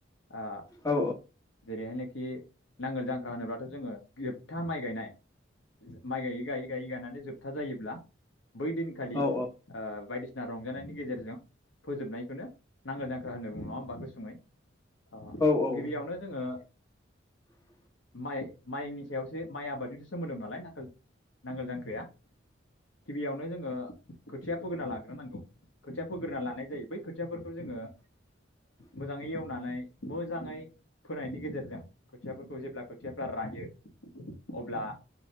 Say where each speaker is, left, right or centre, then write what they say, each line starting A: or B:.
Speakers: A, on the left (about 90°); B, on the left (about 20°).
A: ओ
B: औ
A: जेरैहाय नै खि नांगोल जांख्रा होनोब्लाथ' जोङो जोबथा माइ गायनाय माइ गायै गायै गायै गायनानै जोबथा जायोब्ला बै दिनखालि
B: औ
A: ओ बायदिसिना रंजानायनि गेजेरजों फोजोबनायखौनो नांगोल जां ख्रां होनना बुङो नङा होमबा गुसुङै‌। ओ
B: औ औ
A: गिबियावनो जोङो
B: <inaudible>
A: माइ माइनि सायावसो माइ आबादजोंसो सोमोन्दो दं नालाय नांगोल नांगोल जांख्राया गिबियावनो जोङो खोथिया फोग्रोना लाग्रोनांगौ खोथिया फोग्रोना लानाय जायो बै खोथियाफोरखौ जोङो
B: <inaudible>
A: मोजाङै एवनानै मोजाङै फोनायनि गेजेरजों खोथियाफोरखौ जेब्ला खोथियाफ्रा रायो अब्ला